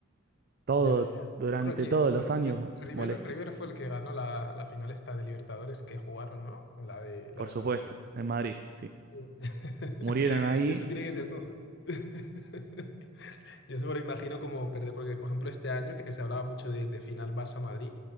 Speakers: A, on the right; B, on the left.
A: Todo,
B: Ya, ya.
A: durante
B: Bueno, que,
A: todos
B: eh, pues,
A: los años
B: eh, River,
A: molesta,
B: River fue el que ganó la, la final esta de Libertadores que jugaron, ¿no? La de,
A: por
B: la de
A: supuesto,
B: Madrid.
A: en Madrid, sí.
B: Sí. <laughs>
A: Murieron ahí,
B: Eso tiene que ser como... <laughs> Yo se me lo imagino como perder, porque por ejemplo este año que se hablaba mucho de, de final Barça-Madrid,